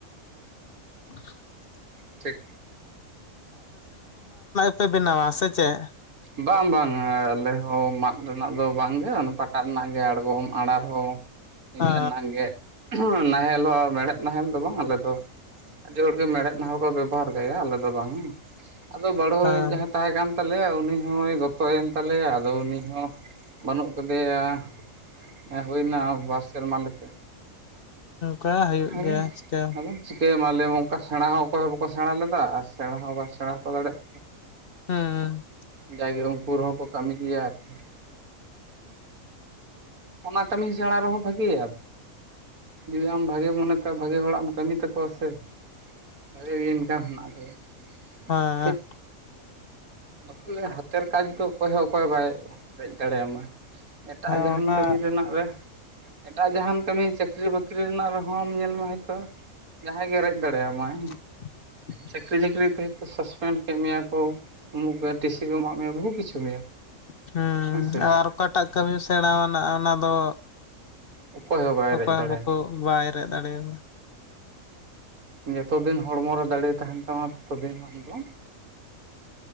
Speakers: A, on the left; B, on the right.
A: <unintelligible>
B: ᱴᱷᱤᱠ
A: ᱯᱮ ᱵᱮᱱᱟᱣᱟ ᱥᱮ ᱪᱮᱫ
B: ᱵᱟᱝ ᱵᱟᱝ ᱟᱞᱮ ᱦᱚᱸ ᱢᱟᱫ ᱨᱮᱱᱟᱜ ᱫᱚ ᱵᱟᱝᱜᱮ ᱯᱟᱴᱟ ᱨᱮᱱᱟᱜ ᱜᱮ ᱟᱲᱜᱚᱢ ᱟᱨᱟᱬ ᱦᱚᱸ ᱤᱱᱟ
A: ᱦᱚᱸ
B: ᱨᱮᱱᱟᱜ ᱜᱮ ᱱᱟᱦᱮᱞ ᱦᱚᱸ ᱢᱮᱲᱦᱮᱫ ᱱᱟᱦᱮᱞ ᱫᱚ ᱵᱟᱝ ᱟᱞᱮ ᱫᱚ ᱟᱹᱰᱤ ᱦᱚᱲ ᱜᱮ ᱢᱮᱲᱦᱮᱫ ᱱᱟᱦᱮᱞ ᱠᱚ ᱵᱮᱵᱷᱟᱨ ᱜᱮᱭᱟ ᱟᱞᱮ ᱫᱚ ᱵᱟᱝ ᱟᱫᱚ ᱵᱟᱲᱦᱳ
A: ᱦᱳᱭ
B: ᱡᱟᱦᱟᱸᱭ ᱛᱟᱦᱮᱸ ᱠᱟᱱ ᱛᱟᱞᱮᱭᱟ ᱩᱱᱤ ᱦᱚᱸ ᱱᱩᱭ ᱜᱚᱛᱚᱭᱮᱱ ᱛᱟᱞᱮᱭᱟ ᱟᱫᱚ ᱩᱱᱤ ᱦᱚᱸ ᱵᱟᱹᱱᱩᱜ ᱠᱟᱫᱮᱭᱟ ᱦᱮᱸ ᱦᱩᱭᱱᱟ ᱵᱟᱨ ᱥᱮᱨᱢᱟ ᱞᱮᱠᱟ
A: ᱠᱟ ᱦᱩᱭᱩᱜ <unintelligible>
B: ᱟᱫᱚ
A: ᱪᱤᱠᱟᱹ
B: ᱟᱫᱚ ᱪᱤᱠᱟᱹᱭ ᱟᱢ ᱟᱞᱮ ᱦᱚᱸ ᱚᱱᱠᱟ ᱥᱮᱬᱟ ᱦᱚᱸ ᱚᱠᱚᱭ ᱦᱚᱸ ᱵᱟᱠᱚ ᱥᱮᱬᱟ ᱞᱮᱫᱟ ᱟᱨ ᱥᱮᱬᱟ ᱦᱚᱸ ᱵᱟᱭ ᱥᱮᱬᱟ ᱦᱚᱴᱚ ᱫᱟᱲᱮᱭᱟᱜ
A: ᱦᱩᱸ
B: ᱠᱚ ᱡᱟᱜᱮ ᱩᱱᱠᱩ ᱨᱮᱦᱚᱸ ᱠᱚ ᱠᱟᱹᱢᱤ ᱜᱮᱭᱟ ᱟᱨᱠᱤ ᱚᱱᱟ ᱠᱟᱹᱢᱤ ᱥᱮᱬᱟ ᱨᱮᱦᱚᱸ ᱵᱷᱟᱹᱜᱮᱭᱟ ᱡᱩᱫᱤ ᱟᱢ ᱵᱷᱟᱜᱤ ᱢᱚᱱᱮᱛᱮ ᱵᱷᱟᱜᱮ ᱦᱚᱲᱟᱜ ᱮᱢ ᱠᱟᱹᱢᱤ ᱛᱟᱠᱚᱣᱟ ᱥᱮ ᱵᱷᱟᱜᱤ ᱜᱮ ᱤᱱᱠᱟᱢ ᱢᱮᱱᱟᱜ ᱟᱠᱟᱫᱟ᱾
A: ᱦᱮᱻ
B: ᱴᱷᱤᱠ ᱥᱮ᱾ ᱵᱟᱠᱚ ᱞᱟᱹᱭᱟ ᱦᱟᱛᱮᱨ ᱠᱟᱡᱽ ᱫᱚ ᱚᱠᱚᱭ ᱦᱚᱸ ᱚᱠᱚᱭ ᱵᱟᱭ ᱨᱮᱡ ᱫᱟᱲᱮᱭᱟᱢᱟ ᱮᱴᱟᱜ
A: ᱦᱮᱸ
B: ᱡᱟᱦᱟᱱ
A: ᱚᱱᱟ
B: ᱠᱚ ᱨᱮᱱᱟᱜ ᱨᱮ᱾ ᱮᱴᱟᱜ ᱡᱟᱦᱟᱱ ᱠᱟᱹᱢᱤ ᱪᱟᱹᱠᱨᱤ ᱵᱟᱹᱠᱨᱤ ᱨᱮᱱᱟᱜ ᱨᱮᱦᱚᱸᱢ ᱧᱮᱞ ᱢᱮ ᱛᱚ ᱡᱟᱦᱟᱸᱭ ᱜᱮ ᱨᱮᱡ ᱫᱟᱲᱮᱭᱟᱢᱟᱭ
A: <unintelligible>
B: ᱪᱟᱹᱠᱨᱤ ᱪᱟᱹᱠᱨᱤ ᱫᱚ ᱦᱚᱛᱚ ᱥᱟᱥᱯᱮᱱᱰ ᱠᱮᱫ ᱢᱮᱭᱟ ᱠᱚ ᱩᱢᱩᱠ ᱜᱮ ᱴᱤᱥᱤ ᱠᱚ ᱮᱢᱟᱜ ᱢᱮᱭᱟ ᱵᱚᱦᱩᱛ ᱠᱤᱪᱷᱩ ᱢᱮᱭᱟ
A: ᱦᱮᱸ <unintelligible>
B: ᱦᱮᱸᱥᱮ
A: ᱮᱴᱟᱜ ᱠᱟᱹᱢᱤᱢ ᱥᱮᱬᱟ ᱟᱱᱟᱜ ᱚᱱᱟ ᱫᱚ
B: ᱚᱠᱚᱭ ᱦᱚᱸ ᱵᱟᱭ
A: ᱚᱠᱚᱭ
B: ᱨᱮᱡ
A: ᱦᱚᱸ
B: ᱫᱟᱲᱮᱭᱟᱢᱟ
A: ᱵᱟᱠᱚ ᱵᱟᱭ ᱨᱮᱡ ᱫᱟᱲᱮᱭᱟᱫᱟ
B: ᱡᱚᱛᱚ ᱫᱤᱱ ᱦᱚᱲᱢᱚ ᱨᱮ ᱫᱟᱲᱮ ᱛᱟᱦᱮᱱ ᱛᱟᱢᱟ ᱛᱚᱵᱮ ᱮᱱᱟᱝ ᱟᱢᱫᱚ